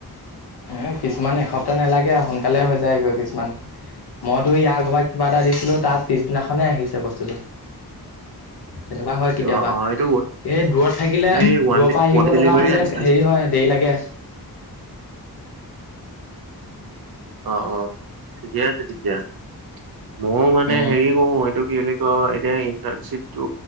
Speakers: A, on the left (about 85°); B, on the right (about 70°).
A: এ কিছুমান এসপ্তাহ নালাগে সোনকালে হৈ যায়গৈ কিছুমান- মইতো ইয়াৰ কৰবাক কিবা এটা দিছিলোঁ তাত পিছদিনাখনেই আহিছে বস্তুটো তেনেকোৱা হয় কেতিয়াবা।
B: অ অ এইটো
A: এই দূৰত থাকিলে
B: এই ওৱান
A: দূৰৰ
B: ডে
A: পৰা আহিব
B: ওৱান ডে ডেলিভাৰী
A: লগা হ'লে
B: আছিলে
A: হেৰি হয় দেৰি লাগে।
B: অ অ ঠিকে আছে তেতিয়া ময় মানে
A: উম
B: হেৰি কৰো এইটো কি বুলি ক এতিয়া ইণ্টাৰনশ্বিপ টো